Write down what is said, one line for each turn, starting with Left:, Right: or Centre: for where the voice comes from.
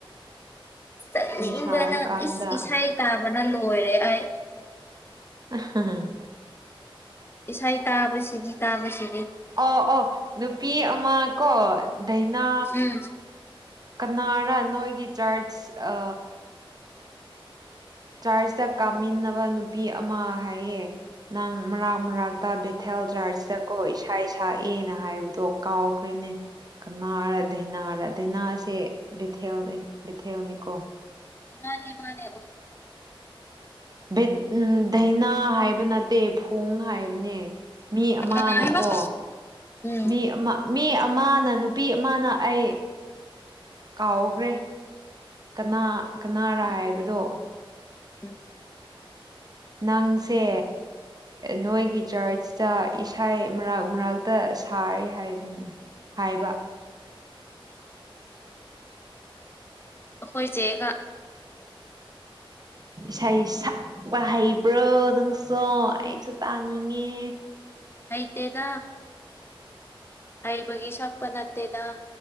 Left: ꯆꯛꯅꯤꯡꯕꯅ
Right: ꯁꯥꯔꯀꯥꯟꯗ
Left: ꯏꯁ ꯏꯁꯩ ꯇꯥꯕꯅ ꯂꯣꯏꯔꯦ ꯑꯩ
Right: <unintelligible>
Left: ꯏꯁꯥꯏ ꯇꯥꯕꯁꯤꯗꯤ ꯇꯥꯕꯁꯤꯗꯤ
Right: ꯑ ꯑꯣ ꯅꯨꯄꯤ ꯑꯃ ꯀꯣ ꯙꯏꯅꯥ
Left: ꯎꯝ
Right: ꯀꯅꯥꯔ ꯅꯣꯏꯒꯤ ꯆꯥꯔꯆ ꯆꯥꯔꯆꯇ ꯀꯥꯃꯤꯟꯅꯕ ꯅꯨꯄꯤ ꯑꯃ ꯍꯥꯏꯌꯦ ꯅꯪ ꯃꯔꯥꯛ ꯃꯔꯥꯛ ꯍꯇꯥ ꯕꯤꯦꯊꯦꯜ ꯗꯖ꯭ꯔꯔꯖꯇ ꯀꯣ ꯏꯁꯥ ꯁꯛꯑꯅ ꯍꯥꯏꯕꯗꯣ ꯀꯥꯎ ꯅꯦ ꯀꯅꯥ ꯍꯥꯏꯔ ꯗꯥꯩꯅꯥꯔ ꯩꯅꯥꯁꯦ ꯊꯦꯜ ꯕꯤꯊꯦꯜꯅꯤꯀꯣ
Left: ꯃꯥꯅꯦ ꯃꯥꯅꯦ
Right: ꯎ ꯙꯏꯅꯥ ꯍꯥꯏꯕ ꯅꯠꯇꯦ ꯊꯣꯡ ꯍꯥꯏꯕꯅꯦ ꯃꯤ ꯑꯃꯅꯀꯣ
Left: ꯀꯅꯥ ꯍꯥꯏꯕ ꯎꯝ
Right: ꯃꯤ ꯑꯃ ꯃꯤ ꯑꯃꯅ ꯅꯨꯄꯤ ꯑꯃꯅ ꯑꯩ ꯀꯥꯎꯈ꯭ꯔꯦ ꯀꯅꯥ ꯀꯅꯥꯔ ꯍꯥꯏꯕꯗꯣ
Left: ꯎꯝ
Right: ꯅꯪꯁꯦ ꯅꯣꯏꯒꯤ ꯆꯔꯆꯇ ꯏꯁꯥ ꯃꯔꯛ ꯃꯔꯥꯛꯛꯇ ꯁꯥꯔꯦ ꯍꯥꯏꯕꯅꯤ ꯍꯥꯏꯕ
Left: ꯍꯖꯒ
Right: ꯁꯥꯏ ꯋꯥ ꯍꯩꯕ꯭ꯔꯣ ꯅꯪꯁꯨ ꯑꯩꯁꯨ ꯇꯥꯅꯤꯡꯉꯦ
Left: ꯍꯥꯏ ꯇꯦꯗ ꯍꯥꯏꯕꯒꯤ ꯁꯛꯄ ꯅꯠꯇꯦꯗ